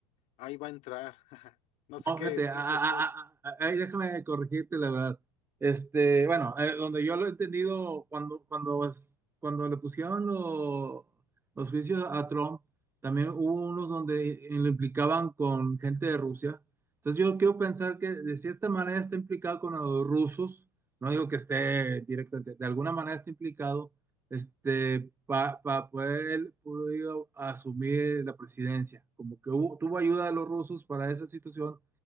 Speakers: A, on the left; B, on the right.
A: ahí va a entrar. <laughs> No sé
B: No,
A: qué
B: fíjate, a-
A: piensas
B: a-
A: tú.
B: a- a- ahí déjame corregirte la verdad. Este, bueno, eh, donde yo lo he entendido, cuando, cuando, es- cuando le pusieron lo- los juicios a Trump, también hubo unos donde eh, lo implicaban con gente de Rusia. Entonces yo quiero pensar que de cierta manera está implicado con los rusos, no digo que esté directamente, de alguna manera está implicado, este, para poder él pudo asumir la presidencia. Como que hubo, tuvo ayuda de los rusos para esa situación